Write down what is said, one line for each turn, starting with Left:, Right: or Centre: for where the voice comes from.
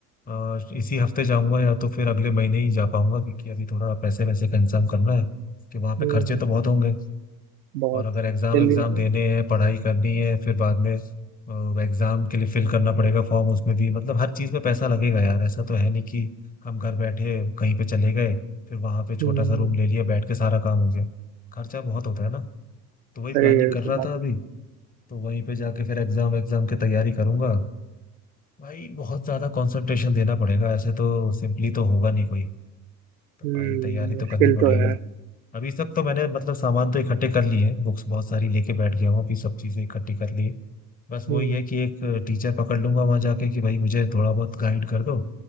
Left: अ, इसी हफ्ते जाऊंगा या तो फिर अगले महीने ही जा पाऊंगा क्योंकि अभी थोड़ा पैसे वैसे का इंतजाम करना है कि वहाँ पे
Right: हम्म
Left: खर्चे तो बहुत होंगे
Right: बहुत
Left: और अगर एग्जाम
Right: जल्दी
Left: एग्जाम
Right: आएगा
Left: देने हैं पढ़ाई करनी है फिर बाद में एग्जाम के लिए फिल करना पड़ेगा फॉर्म उसमें भी मतलब हर चीज में पैसा लगेगा यार ऐसा तो है नहीं कि हम घर बैठे कहीं पे चले गए फिर वहां पे छोटा
Right: हम्म
Left: सा रूम ले लिया बैठ के सारा काम हो गया खर्चा बहुत होता है ना तो वही
Right: सही
Left: प्लानिंग
Right: है
Left: कर
Right: की
Left: रहा
Right: बात
Left: था अभी
Right: है
Left: तो वहीं पे जाके फिर एग्जाम एग्जाम की तैयारी करूंगा भाई बहुत ज्यादा कंसंट्रेशन देना पड़ेगा ऐसे तो सिंपली तो होगा नहीं कोई तो
Right: हम्म
Left: भाई तैयारी तो
Right: मुश्किल
Left: करनी पड़ेगी
Right: तो है
Left: अभी तक तो मैंने मतलब सामान तो इकट्ठे कर लिए हैं बुक्स बहुत सारी लेके बैठ गया हूँ अभी सब चीजें इकट्ठी कर ली है। बस वही
Right: हम्म
Left: है कि एक टीचर पकड़ लूंगा वहां जाके कि भाई मुझे थोड़ा बहुत गाइड कर दो